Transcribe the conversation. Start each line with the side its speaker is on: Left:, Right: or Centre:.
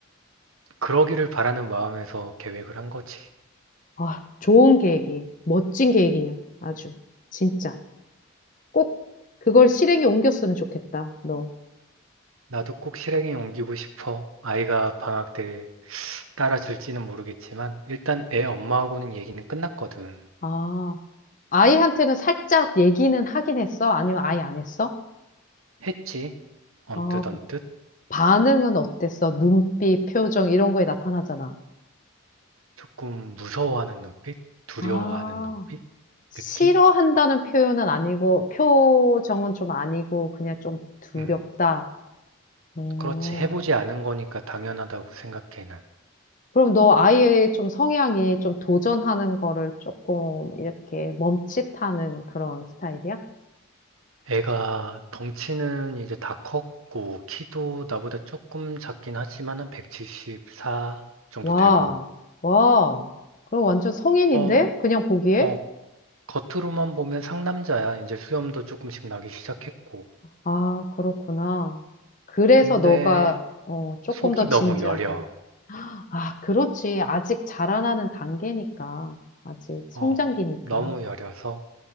Right: 그러기를 바라는 마음에서 계획을 한 거지.
Left: 아, 좋은 계획이, 멋진 계획이야. 아주. 진짜. 꼭 그걸 실행에 옮겼으면 좋겠다, 너.
Right: 나도 꼭 실행에 옮기고 싶어. 아이가 방학 때 따라줄지는 모르겠지만 일단 애 엄마하고는 얘기는 끝났거든.
Left: 아, 아이한테는 살짝 얘기는 하긴 했어? 아니면 아예 안 했어?
Right: 했지. 언뜻
Left: 아,
Right: 언뜻
Left: 반응은 어땠어? 눈빛, 표정 이런 거에 나타나잖아.
Right: 조금 무서워하는 눈빛, 두려워하는
Left: 아,
Right: 눈빛,
Left: 싫어한다는
Right: 느낌?
Left: 표현은 아니고 표정은 좀 아니고 그냥 좀 두렵다.
Right: 음,
Left: 오.
Right: 그렇지. 해보지 않은 거니까 당연하다고 생각해 난.
Left: 그럼 너 아이의 좀 성향이 좀 도전하는 거를 조금 이렇게 멈칫하는 그런 스타일이야?
Right: 애가 덩치는 이제 다 컸고, 키도 나보다 조금 작긴 하지만 한 174 정도
Left: 와,
Right: 되고,
Left: 와. 그럼 완전 성인인데?
Right: 어,
Left: 그냥 보기에?
Right: 어, 겉으로만 보면 상남자야. 이제 수염도 조금씩 나기 시작했고.
Left: 아, 그렇구나. 그래서
Right: 근데
Left: 너가 어, 조금
Right: 속이
Left: 더
Right: 너무
Left: 진지하고.
Right: 여려.
Left: 아, 그렇지. 아직 자라나는 단계니까. 아직 성장기니까.
Right: 어, 너무 여려서